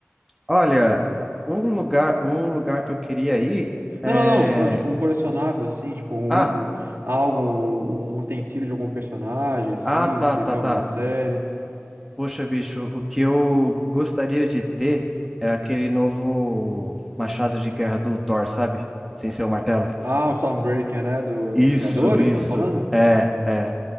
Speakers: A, in the centre; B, on the right.
A: Olha, um lugar, um lugar que eu queria ir
B: Não,
A: é.
B: não, não, não, tipo, um colecionável, assim, tipo, um,
A: Ah,
B: í- um- algo, um um utensílio de algum personagem, assim,
A: ah, tá,
B: que você
A: tá,
B: viu em alguma
A: tá.
B: série.
A: Poxa, bicho, o que eu gostaria de ter é aquele novo machado de guerra do Thor, sabe? Sem ser o martelo.
B: Ah, o Stormbreaker, né, do,
A: Isso,
B: dos Vingadores,
A: isso.
B: tá falando?
A: É, é.